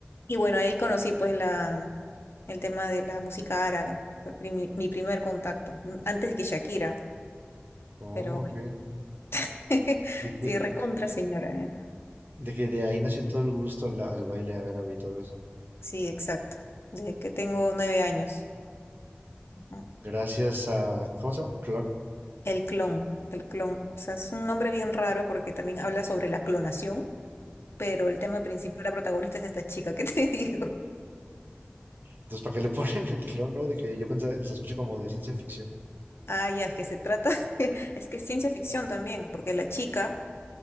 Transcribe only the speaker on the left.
Y bueno, ahí conocí pues la, el tema de la música árabe. Fue primi- mi primer contacto, antes de que Shakira,
pero bueno,
<laughs>
sí, recontra señora. ¿eh?
Sí, exacto. De que tengo nueve años. Ujú.
El clon, el clon. O sea, es un nombre bien raro porque también habla sobre la clonación, pero el tema principal, la protagonista es esta chica que te <laughs> digo.
Ah, ya, es que se trata, <laughs> es que es ciencia ficción también, porque la chica,